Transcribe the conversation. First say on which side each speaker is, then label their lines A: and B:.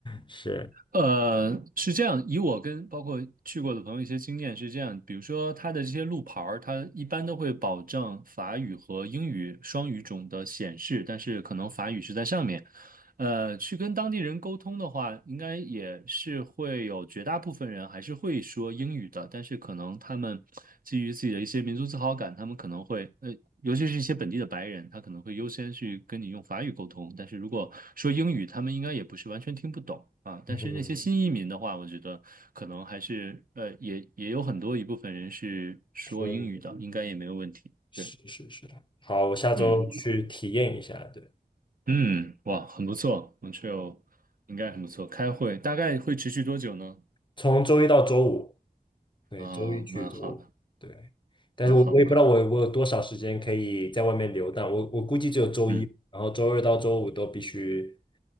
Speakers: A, on the left; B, on the right.
A: 是，
B: 呃，是这样，以我跟包括去过的朋友一些经验是这样，比如说它的这些路牌儿，它一般都会保证法语和英语双语种的显示，但是可能法语是在上面，呃，去跟当地人沟通的话，应该也是会有绝大部分人还是会说英语的，但是可能他们基于自己的一些民族自豪感，他们可能会，呃，尤其是一些本地的白人，他可能会优先去跟你用法语沟通，但是如果说英语，他们应该也不是完全听不懂啊。但是那些新移民的话，
A: 嗯，
B: 我觉得可能还是，呃，也也有很多一部分人是说英语的，
A: 所以
B: 应该也没有问题。
A: 是是是，
B: 对，
A: 好，我下周去体验一下，
B: 嗯。
A: 对。
B: 嗯，哇，很不错，Montreal 应该很不错。开会大概会持续多久呢？
A: 从周一到周五，对，
B: 啊，
A: 周一去周五，
B: 蛮好的，
A: 对。但是我我也不知道我我有多少时间可以在外面游荡，
B: 蛮好，蛮好。
A: 我我估计只有周一，
B: 嗯
A: 然后周二到周五都必须